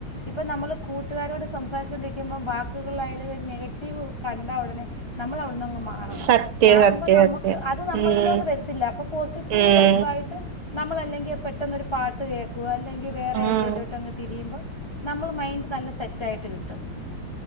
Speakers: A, on the left; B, on the right.
A: ഇപ്പം നമ്മള് കൂട്ടുകാരോട് സംസാരിച്ചൊണ്ടിരിക്കുമ്പം വാക്കുകളൾയാലും ഒരു നെഗറ്റീവ് കണ്ടാ ഉടനെ നമ്മൾ അവിടുന്ന്ങ്ങ് മാറും മാറണം
B: സത്യം
A: മാറുമ്പോ
B: സത്യം
A: നമുക്ക്
B: സത്യം
A: അത് നമ്മളിലോട്ട്
B: ഉം
A: വരത്തില്ല അപ്പൊ പോസിറ്റീവ്
B: ഉം
A: വൈബ ആയിട്ട് നമ്മള അല്ലെങ്കിൽ പെട്ടെന്ന് പാട്ട് കേൾക്കുക അല്ലെങ്കിൽ വേറെ
B: ഉം
A: എന്തേലുംോട്ട അങ്ങ് തിരിയുമ്പോൾ നമ്മൾ മൈൻഡ് നല്ല സെറ്റ് ആയിട്ട് കിട്ടും